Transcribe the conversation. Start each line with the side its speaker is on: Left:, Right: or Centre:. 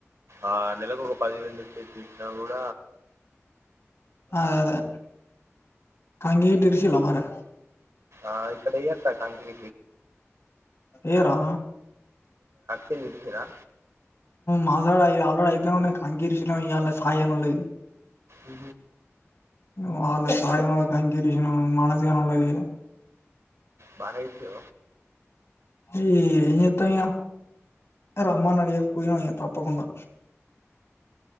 Right: ఆ నెలకు ఒక పదివేలిప్పీ ఐనా కూడ
Left: అదే అదే కంగిటి <unintelligible> లో మారే
Right: ఆ ఇక్కడ ఏతా కకి
Left: ఏరా
Right: వెళ్లితురా
Left: మాకాడ ఇగ అల్లుడి అయితాన్నాయ్ కంకీర్షిన ఇయాళ సాయన్నాళ్ళది
Right: అ
Left: మావాళ్ల సాయనల కంగిదిష్నా మన సాయన్నాళ్ళది
Right: బాగానే ఇతు
Left: ఏయి ఏంచేత్తం ఇగ రమ్మన్నాడు ఇగ పోయి ఇగ తప్పకుండా